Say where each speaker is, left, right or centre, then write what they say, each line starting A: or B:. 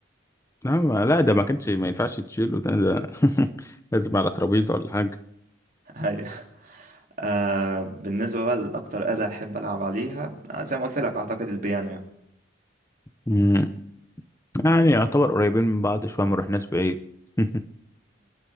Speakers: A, on the left; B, on the right.
A: لا ما- لا ده ما كانش ما ينفعش تشيله ده ده <laughs> لازم على ترابيزة ولا حاجة
B: <laughs> ايوه آه، بالنسبة بقى لاكتر آلة احب العب عليها آه، زي ما قلت لك اعتقد البيانو يعني
A: مم. يعني يعتبر قريبين من بعض شوية ما رحناش بعيد <laughs>